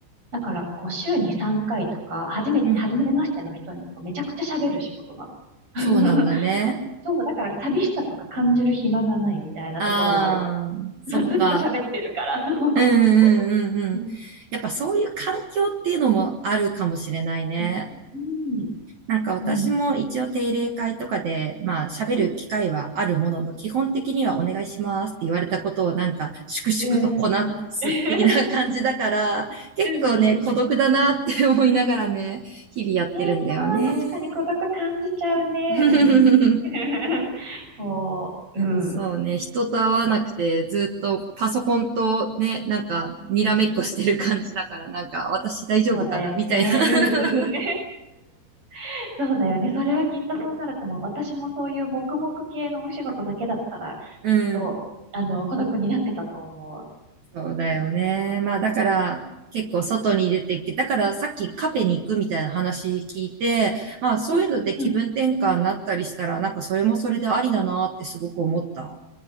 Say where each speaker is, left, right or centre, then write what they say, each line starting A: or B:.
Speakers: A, on the right; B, on the right.
A: だから、こう、週に3回とか、初めて、
B: うん。
A: 初めましての人にめちゃくちゃ喋る仕事なの。<laughs>
B: そうなんだね。
A: そう、だから寂しさとか感じる暇がないみたいなところはあるかも。
B: ああ、そっか。
A: そう、ずっと喋ってるから、そう。
B: うん、うん、うん、
A: う
B: うん。やっぱそういう環境っていうのもあるかもしれないね。
A: ん、うん、
B: なんか私も一応定例会とかで、
A: うん、
B: まあ喋る機会はあるものの、
A: うん、
B: 基本的にはお願いしますって言われたことをなんか粛々とこなす的な感じだから、
A: うん、うん、<laughs> うん、<laughs>
B: 結構ね、
A: うん、うんうん。
B: 孤独だなって思いながらね、日々やってるんだよね。
A: ねえ、それは確かに孤独感じちゃうね。
B: <laughs>
A: うん。<laughs> こう、うん。
B: そうね、人と会わなくてずっとパソコンとね、なんかにらめっこしてる感じだから、
A: うん
B: なんか私大丈夫かなみたいな。
A: そうだよね。うんうんうん。<laughs> そうだよね。それはきっとそうなると思う。私もそういう黙々系のお仕事だけだったら、
B: <laughs> うん。
A: きっと、あの、孤独になってたと思う。
B: そうだよね。まあだから結構外に出て、だからさっきカフェに行くみたいな話聞いて、まあそういうので気分転換になったりしたら、
A: うんうん
B: なんかそれもそれでありだなってすごく思った。